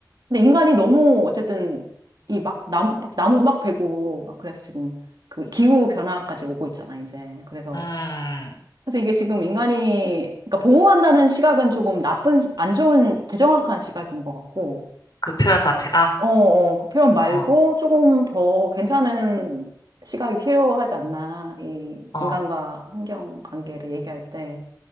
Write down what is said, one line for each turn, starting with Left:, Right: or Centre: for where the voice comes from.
Right: 근데 인간이 너무 어쨌든, 이 막, 나무, 막, 나무 막 베고, 막 그래서 지금 그 기후 변화까지 오고 있잖아, 이제. 그래서,
Left: 음,
Right: 그래서 이게 지금 인간이, 그러니까 보호한다는 시각은 조금 나쁜, 시- 안 좋은, 부정확한 시각인 것 같고,
Left: 그 표현 자체가.
Right: 어, 어, 그 표현 말고
Left: 어,
Right: 조금 더 괜찮은 시각이 필요하지 않나. 이
Left: 어.
Right: 인간과 환경 관계를 얘기할 때.